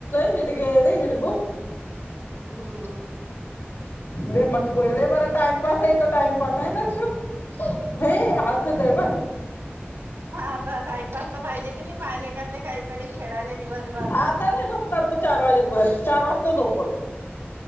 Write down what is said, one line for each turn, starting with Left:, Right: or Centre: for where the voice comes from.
Left: हिडक र हिड
Right: हम्
Left: लय मटकू हाय लय बरं टाइमपास आहे तो टाइमपास हाय ना ऋषू हैं हसत आहे बघ
Right: मग आता टाइमपास तर पाहिजे कि नाही माय लेकानले काहीतरी खेळायला दिवस
Left: आता नाही झोपणार तो चार वाजेपर्यंत चार वाजता झोपल